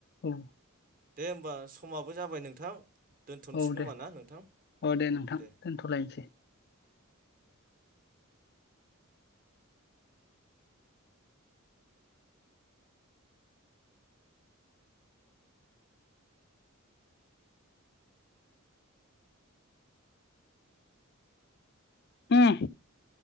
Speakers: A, on the left (about 50°); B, on the right (about 40°).
A: औ
B: दे होमबा समाबो जाबाय नोंथां। दोनथ'सै
A: औ
B: खोमा
A: दे
B: ना नोंथां
A: अ नोंथां
B: दे।
A: दोनथ'लायनोसै
B: उम।
A: ओम।